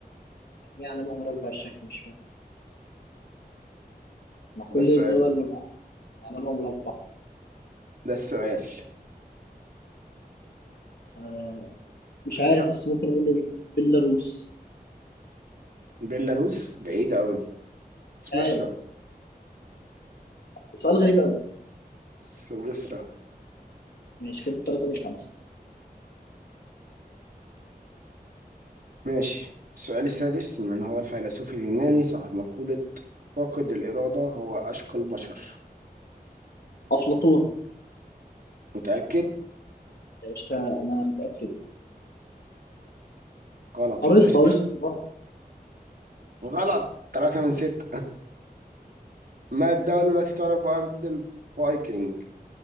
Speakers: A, on the left; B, on the right.
A: ليه علامة مربع الشكل مش فاهم ما كل
B: ده السؤال
A: الدول مر- علامة مربع
B: ده السؤال
A: آه مش عارف
B: ش-
A: بس ممكن أقول بيلاروس
B: بيلاروس بعيدة أوي
A: مش
B: سويسرا
A: عارف سؤال غريب أوي
B: سويسرا
A: ماشي كده تلاتة من خمسة
B: ماشي السؤال السادس من هو الفيلسوف اليوناني صاحب مقولة فاقد الإرادة هو أشقى البشر
A: أفلاطون
B: متأكد
A: يا باشا أنا متأكد
B: غلط
A: أرسطو
B: أورست
A: أرسطو
B: غلط ثلاثة من ستة ما الدولة التي تعرف بأرض الفايكنج